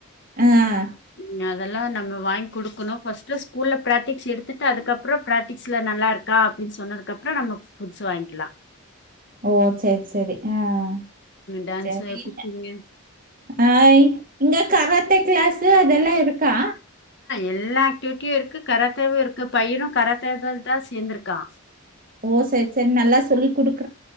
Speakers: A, on the right (about 40°); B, on the left (about 50°).
A: ஆஹ்
B: உம் அதெல்லாம் நம்ம வாங்கி குடுக்கணும் பர்ஸ்ட் ஸ்கூல்ல பிராக்டிக்ஸ் எடுத்துட்டு அதுக்கப் அப்புறோ பிரராக்டிகஸில நல்லா <unintelligible> அப்டினு சொன்னதுகப்பறம் நாம உனக்கு புதுசு வாங்கிக்கலா
A: ஓ சேரி சேரி ஆஹ்
B: டான்ஸு,
A: செரியில்ல
B: குக்கிங்கு.
A: ஹாய் இங்க கராத்தே கிளாஸ்சு அதெல்லா இருக்கா
B: எல்லா ஆக்டிவிட்டியு இருக்கு கராத்தேவு இருக்கு பையனும் கராத்தே தே தா சேர்ந்திருக்கா
A: ஓ சேரி சேரி நல்லா சொல்லிக் குடுக்